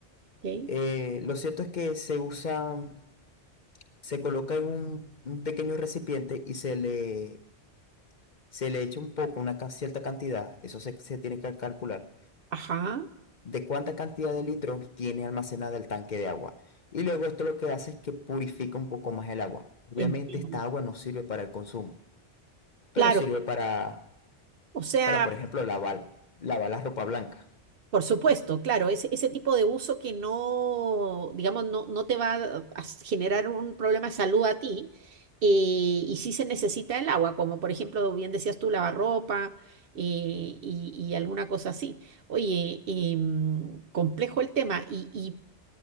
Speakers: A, on the right; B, on the left.
A: ok.
B: Eh, lo cierto es que se usa se coloca en un, un pequeño recipiente y se le, se le echa un poco, una ca- cierta cantidad, eso se, se tiene que calcular,
A: Ajá,
B: de cuánta cantidad de litros tiene almacenada el tanque de agua. Y luego esto lo que hace es que purifica un poco más el agua. Obviamente
A: entiendo.
B: esta agua no sirve para el consumo, pero
A: Claro,
B: sirve para,
A: o sea,
B: para por ejemplo, lavar, lavar la ropa blanca.
A: Por supuesto, claro, ese, ese tipo de uso que no, digamos, no, no te va a a generar un problema de salud a ti, eh, y sí se necesita el agua, como por ejemplo, bien decías tú, lavarropa eh, y, y alguna cosa así. Oye, em, complejo el tema, y,